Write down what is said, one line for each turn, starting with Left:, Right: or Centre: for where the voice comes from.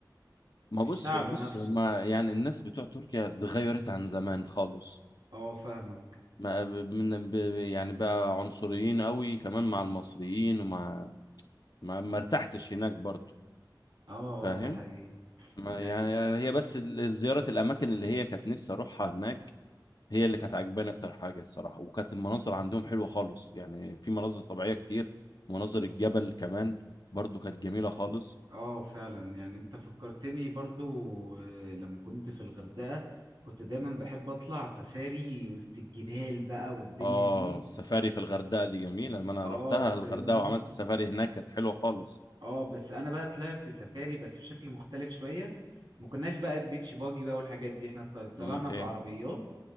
Left: ما
Right: الشعب
Left: بص بص
Right: نفسه
Left: ما يعني الناس بتوع تركيا اتغيرت عن زمان خالص
Right: اه فاهمة
Left: ما ب- من ب... يعني بقى عنصريين قوي كمان مع المصريين ومع ما, ما ارتحتش هناك برضو
Right: اه
Left: فاهم
Right: اه ده حقيقي
Left: ما
Right: يعني
Left: يعني هي بس ال- زيارة الأماكن اللي هي كانت نفسي أروحها هناك هي اللي كانت عجباني اكتر حاجه الصراحه وكانت المناظر عندهم حلوه خالص يعني في مناظر طبيعيه كتير مناظر الجبل كمان برضو كانت جميله خالص
Right: اه فعلا يعني انت فكرتني برضو آه، لما كنت في الغردقة كنت دايما بحب اطلع سفاري وسط الجبال بقى والدنيا
Left: اه
Right: دي
Left: السفاري في الغردقه دي جميله لما انا
Right: اه
Left: روحتها
Right: فاهمني
Left: الغردقه وعملت سفاري هناك كانت حلوه خالص
Right: اه بس انا بقى طلعت سفاري بس بشكل مختلف شوية ما كناش بقى بيتش باجي بقى والحاجات دي احنا طل- طلعنا
Left: امال
Right: بعربيات
Left: ايه